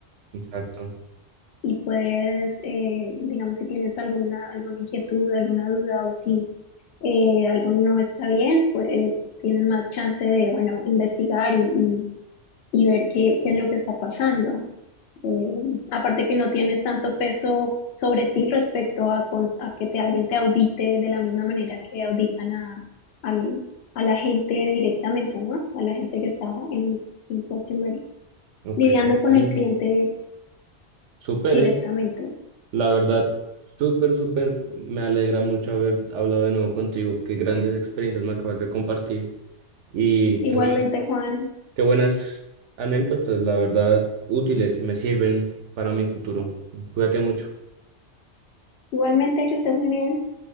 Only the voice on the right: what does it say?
Exacto.
Ok.
Bueno,
súper,
eh. La verdad, súper, súper. Me alegra mucho haber hablado de nuevo contigo. Qué grandes experiencias me acabas de compartir. Y
qué buenas,
qué buenas anécdotas, la verdad, útiles, me sirven para mi futuro. Cuídate mucho.